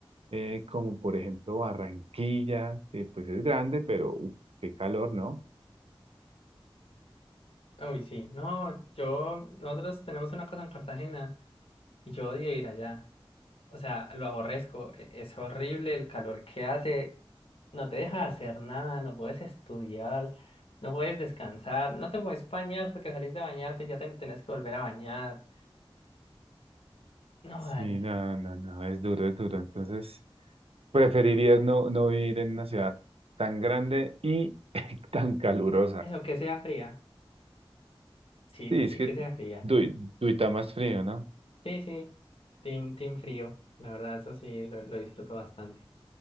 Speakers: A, on the right; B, on the left.
A: eh, como por ejemplo Barranquilla, que pues es grande, pero uf, qué calor, ¿no?
B: Uy, sí, no, yo, nosotros tenemos una casa en Cartagena y yo odio ir allá. O sea, lo aborrezco, e- es horrible el calor que hace, no te deja hacer nada, no puedes estudiar, no puedes descansar, no te puedes bañar porque salís de bañarte y ya te tenés que volver a bañar. No,
A: Sí,
B: dale,
A: no, no, no, es duro, es duro. Entonces, preferirías no, no vivir en una ciudad tan grande y <laughs> tan calurosa.
B: eso, que sea fría. Sí,
A: Sí,
B: sí, sí,
A: es que
B: que sea fría.
A: Dui- Duitama es frío, ¿no?
B: Sí, sí, team, team frío, la verdad, eso sí, lo, lo disfruto bastante.